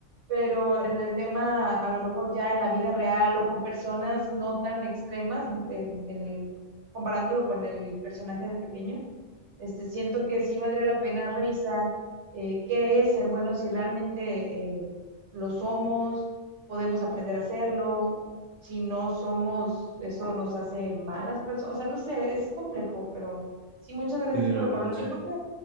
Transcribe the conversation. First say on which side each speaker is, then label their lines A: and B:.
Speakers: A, on the right; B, on the right.
A: pero en el tema, a lo mejor ya en la vida real o con personas no tan extremas, en, en el, comparándolo con el personaje del pequeño, este, siento que sí valdría la pena revisar eh, qué es ser bueno, si realmente eh, lo somos, podemos aprender a hacerlo, si no somos, eso nos hace malas personas, o sea, no sé, es complejo, pero sí, muchas gracias
B: sí, la
A: por
B: verdad,
A: recordar.
B: sí.
A: Yo creo que,